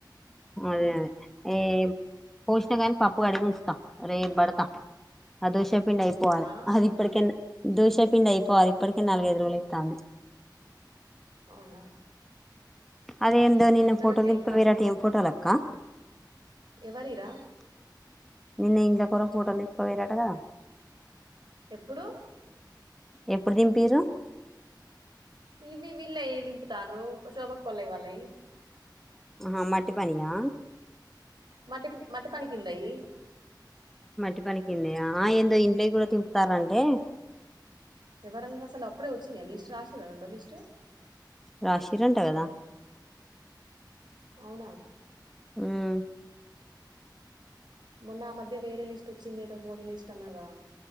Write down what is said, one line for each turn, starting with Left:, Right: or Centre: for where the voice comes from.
Centre: అదే అదే ఏం పోషినగాని పప్పు కడిగి ఉంచుతా రేప్ బడతా. అదోశ పిండి అయిపోవాలె
Right: ఆ
Centre: అది ఇప్పడికన్న దోశ పిండి అయిపోవాలి ఇప్పటికే నాలుగైదు రోజులై తాకింది.
Right: అవునా
Centre: అదే ఏందో
Right: ఫ్రిడ్జ్
Centre: నిన్న
Right: లో
Centre: ఫోటోలు
Right: పెడితే
Centre: దింపుకపోయిన్
Right: ఏం
Centre: రటా ఏం ఫోటోలక్కా.
Right: ఎవరియి రా
Centre: నిన్న ఇంట్లక్ ఎవరో ఫోటోలు దింపుక పోయిన్రటా గదా.
Right: ఎప్పుడూ
Centre: ఎప్పుడు దింపిర్రు
Right: ఇవి విల్ దింపుతారు ప శోభక్కవలై వాళ్ళయి
Centre: ఆహా మట్టి పనికా
Right: మట్టి మటి పనికి కిందయి
Centre: మట్టి పనికెలనియా ఆ ఏందో ఇంట్లోకి కూడా తింపుతారంటే
Right: ఎవరన్నరు అసలు అప్పుడే వచ్చింది లిస్ట్ రాసిన్రా రెండో లిస్ట్
Centre: రషీరంట కదా
Right: అవునా
Centre: హ్మ్
Right: మొన్న ఆ మధ్య వేరే లిస్ట్ వచ్చింది ఏదో మోడీ లిస్ట్ అన్నర్గా